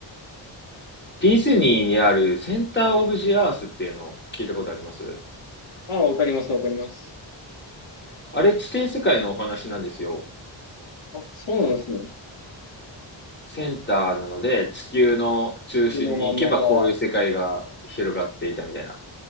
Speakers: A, on the left (about 25°); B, on the left (about 85°).
A: ディズニーにあるセンターオブジアースっていうのを聞いたことあります
B: ああ、わかります、わかります。
A: あれ地底世界のお話なんですよ。
B: あ、そうなんですね。
A: センターなので地球の中心に行けばこういう世界が広がっていたみたいな。
B: 地球の真ん中。